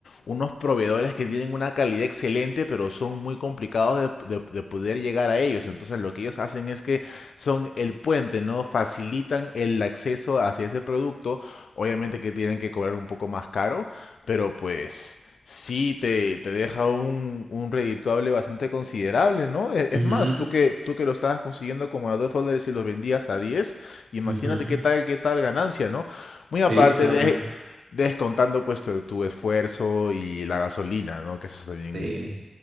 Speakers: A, on the left; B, on the right.
A: unos proveedores que tienen una calidad excelente, pero son muy complicados de, de- de poder llegar a ellos. Entonces lo que ellos hacen es que son el puente, ¿no? Facilitan el acceso hacia ese producto. Obviamente que tienen que cobrar un poco más caro, pero pues Sí, te, te deja un, un redituable bastante considerable, ¿no? E- Es
B: Ujú,
A: más, tú que, tú que lo estabas consiguiendo como a 2 dólares y los vendías a diez imagínate
B: ujú.
A: qué tal, qué tal ganancia, ¿no? Muy aparte
B: Sí, está
A: de
B: muy bien.
A: descontando pues tu, tu esfuerzo y la gasolina, ¿no? Que eso es también,
B: Sí.